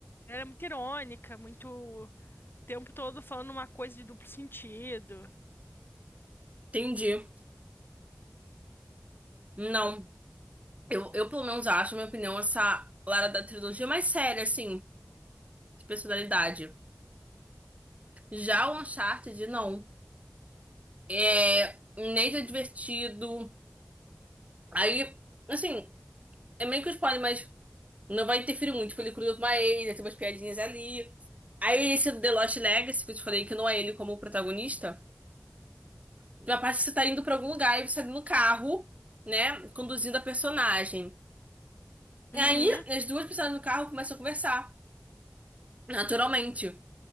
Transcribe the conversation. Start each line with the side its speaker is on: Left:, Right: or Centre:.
Left: Ela era muito irônica, muito o tempo todo falando uma coisa de duplo sentido.
Right: entendi. Não, eu, eu pelo menos acho, na minha opinião, essa Lara da trilogia mais séria, assim, de personalidade. Já o Uncharted, não. É, Nate é divertido. Aí, assim, é meio que um spoiler, mas não vai interferir muito, porque ele cruza com a Ellie, tem umas piadinhas ali. Aí esse do The Lost Legacy, que eu te falei que não é ele como protagonista, na parte que você tá indo pra algum lugar e você tá no carro, né, conduzindo a personagem.
Left: Uhum,
Right: Aí as duas pessoas no carro começam a conversar, naturalmente.